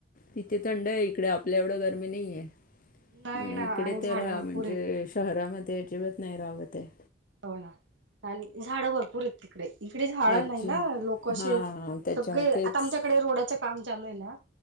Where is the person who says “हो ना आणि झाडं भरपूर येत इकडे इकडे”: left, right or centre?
Right